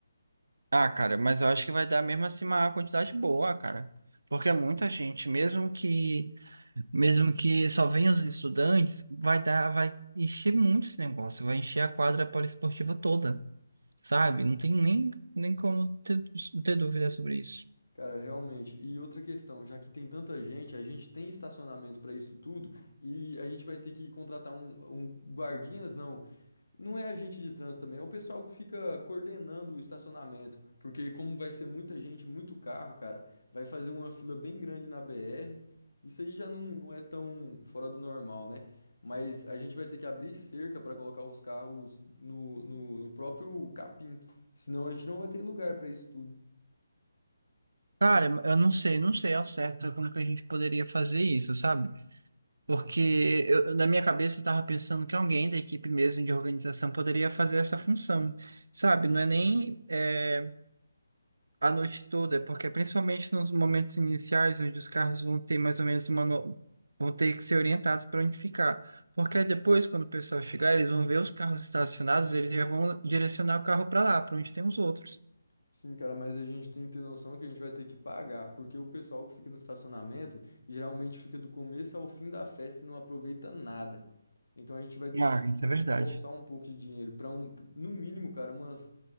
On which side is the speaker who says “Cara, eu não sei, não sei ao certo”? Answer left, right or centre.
Right